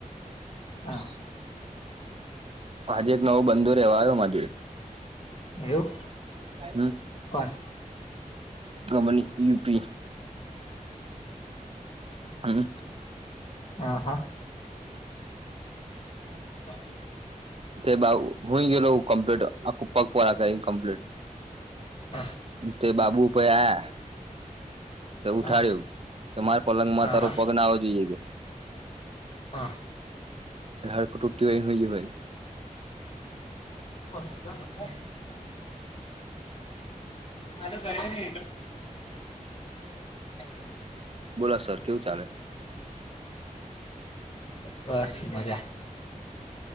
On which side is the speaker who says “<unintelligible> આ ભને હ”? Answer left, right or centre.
Left